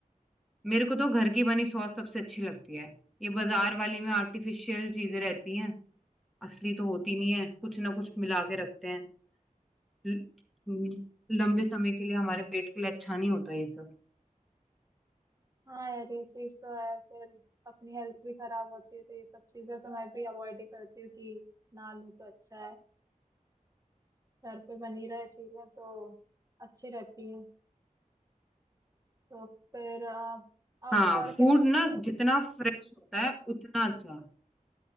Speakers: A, in the centre; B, on the right.
A: मेरे को तो घर की बनी सॉस सबसे अच्छी लगती है ये बाजार वाली में आर्टिफिशियल चीजें रहती हैं असली तो होती
B: हाँ
A: नहीं है कुछ ना कुछ मिला के रखते हैं ल- हम्म, लंबे समय के लिए हमारे पेट के लिए अच्छा नहीं होता ये सब
B: हाँ यार ये चीज तो है फिर अपनी हेल्थ भी खराब होती है तो ये सब चीजें तो मैं भी अवॉइड ही करती हूँ कि ना लूँ तो अच्छा है घर पे बनी रहे चीजें तो अच्छी रहती हैं तो फिर आप आप
A: हाँ
B: और
A: फूड
B: क्या
A: ना जितना फ्रेश होता है उतना अच्छा